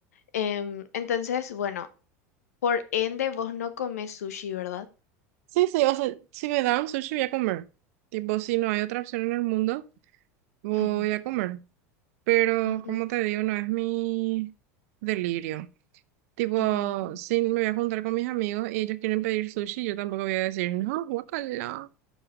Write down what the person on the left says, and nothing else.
Em, entonces, bueno, por ende vos no comes sushi, ¿verdad?
Ujú,
ujú,
ujú, ujú,